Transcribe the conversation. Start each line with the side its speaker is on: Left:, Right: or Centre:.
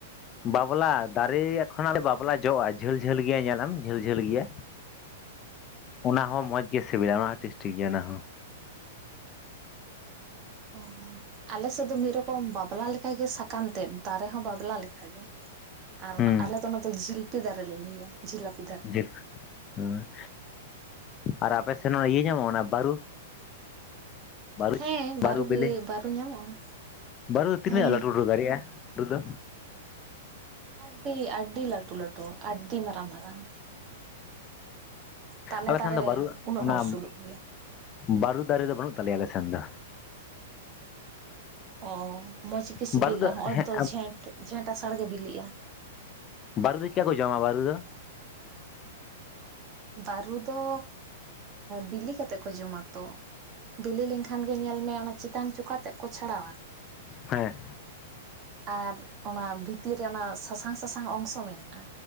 Left: ᱵᱟᱵᱞᱟ ᱫᱟᱨᱮᱠᱷᱚ ᱵᱟᱵᱞᱟ ᱡᱚᱜᱼᱟ ᱡᱷᱟᱹᱞ ᱡᱷᱟᱹᱞ ᱜᱮᱭᱟ ᱧᱮᱞᱞᱟᱢ ᱡᱷᱟᱹᱞ ᱡᱷᱟᱹᱞ ᱜᱮᱭᱟ ᱚᱱᱟ ᱦᱚᱸ ᱢᱚᱸᱡᱽ ᱜᱮ ᱥᱤᱵᱤᱞᱟ ᱚᱱᱟ ᱦᱚᱸ ᱴᱮᱥᱴᱤ ᱜᱮᱭᱟ ᱚᱱᱟ ᱦᱚᱸ
Right: ᱚᱦᱚ ᱟᱞᱮᱥᱮᱫ ᱫᱚ ᱢᱤᱫ ᱨᱚᱠᱚᱢ ᱵᱟᱵᱞᱟ ᱞᱮᱠᱟᱜᱮ ᱥᱟᱠᱟᱢ ᱛᱮᱫ ᱫᱟᱨᱮ ᱦᱚᱸ ᱵᱟᱵᱞᱟ ᱞᱮᱠᱟᱜᱮ ᱟᱨ
Left: ᱦᱩᱸ
Right: ᱟᱞᱮ ᱫᱚ ᱱᱚᱛᱮ ᱫᱚ ᱡᱷᱤᱞᱯᱤ ᱫᱟᱨᱮ ᱞᱮ ᱞᱟᱹᱭᱟ ᱡᱷᱤᱞᱟᱯ
Left: ᱡᱤᱞᱯ ᱦᱩᱸ ᱟᱨ ᱟᱯᱮ ᱥᱮᱱ ᱚᱱᱟ ᱤᱭᱟᱹ ᱧᱟᱢᱚᱜᱼᱟ ᱚᱱᱟ ᱵᱟᱹᱨᱩ ᱵᱟᱨᱩᱡ
Right: ᱦᱮᱸ
Left: ᱵᱟᱨᱩ ᱵᱮᱞᱮ
Right: ᱵᱟᱹᱨᱩ ᱧᱟᱢᱚᱜᱼᱟ
Left: ᱵᱟᱨᱩ ᱫᱚ ᱛᱤᱱᱟᱜ
Right: ᱦᱮᱸ
Left: ᱞᱟᱹᱴᱩ <unintelligible> ᱫᱚ
Right: ᱟᱹᱰᱤ ᱟᱹᱰᱤ ᱞᱟᱹᱴᱩ ᱞᱟᱹᱴᱩᱣᱟ ᱟᱹᱰᱤ ᱢᱟᱨᱟᱝ ᱢᱟᱨᱟᱝ ᱛᱟᱞᱮ
Left: ᱟᱞᱮ
Right: ᱫᱟᱨᱮ
Left: ᱥᱮᱱ ᱫᱚ ᱵᱟᱹᱨᱩ
Right: ᱩᱱᱟᱹᱜ
Left: ᱚᱱᱟ
Right: ᱦᱚᱸ ᱩᱥᱩᱞᱚᱜ ᱜᱮᱭᱟ᱾
Left: ᱵᱟᱹᱨᱩ ᱫᱟᱨᱮ ᱫᱚ ᱵᱟᱹᱱᱩᱜ ᱛᱟᱞᱮᱭᱟ ᱟᱞᱮ ᱥᱮᱱ ᱫᱚ
Right: ᱚ ᱢᱚᱸᱡᱽ ᱜᱮ ᱥᱤᱵᱤᱞᱟ
Left: ᱵᱟᱹᱨᱩ ᱫᱚ
Right: ᱦᱚᱜ
Left: ᱦᱮᱸ
Right: ᱚᱭ ᱛᱚ ᱡᱷᱮᱸᱴ ᱡᱷᱮᱸᱴ ᱟᱥᱟᱲ ᱜᱮ ᱵᱤᱞᱤᱜᱼᱟ᱾
Left: ᱵᱟᱹᱨᱩ ᱫᱚ ᱪᱤᱠᱟ ᱠᱚ ᱡᱚᱢᱟ ᱵᱟᱨᱩ ᱫᱚ
Right: ᱵᱟᱹᱨᱩ ᱫᱚ ᱵᱤᱞᱤ ᱠᱟᱛᱮᱮᱫ ᱠᱚ ᱡᱚᱢᱟ ᱛᱚ ᱵᱤᱞᱤ ᱞᱮᱱᱠᱷᱟᱱ ᱜᱮ ᱧᱮᱞ ᱢᱮ ᱚᱱᱟ ᱪᱮᱛᱟᱱ ᱪᱚᱠᱟ ᱛᱮᱫ ᱠᱚ ᱪᱷᱟᱲᱟᱣᱟ
Left: ᱦᱮᱸ
Right: ᱟᱨ ᱚᱱᱟ ᱵᱷᱤᱛᱤᱨ ᱨᱮ ᱚᱱᱟ ᱥᱟᱥᱟᱝ ᱥᱟᱥᱟᱝ ᱚᱝᱥᱚ ᱢᱮᱱᱟᱜᱼᱟ᱾